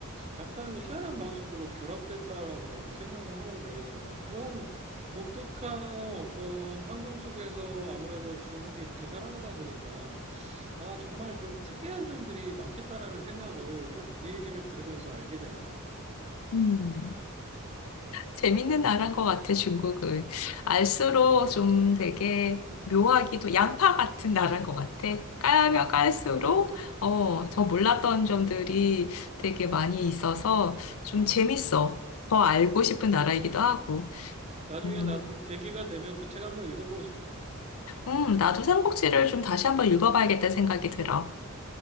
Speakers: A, on the right; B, on the left.
A: 약간 희한한 방식으로 결합됐다라고 나도 생각을 하는데 좀 그러한 독특한 어떤 환경 속에서 아무래도 중국이 이렇게 살아가다 보니까 아 정말 좀 특이한 점들이 많겠다라는 생각을 좀 네 얘기를 들으면서 알게 되네.
B: 음, 재밌는 나라인 것 같아, 중국은. 알수록
A: 음
B: 좀 되게 묘하기도, 양파 같은 나라인 것 같아. 까면 깔수록,
A: 그러네
B: 어, 더 몰랐던 점들이 되게 많이 있어서 좀 재밌어. 더 알고 싶은 나라이기도
A: 그러네.
B: 하고.
A: 나중에
B: 음,
A: 나도 계기가 되면 그 책 한번 읽어보고 싶다.
B: 음, 나도 삼국지를 좀 다시 한번 읽어봐야겠다는 생각이 들어.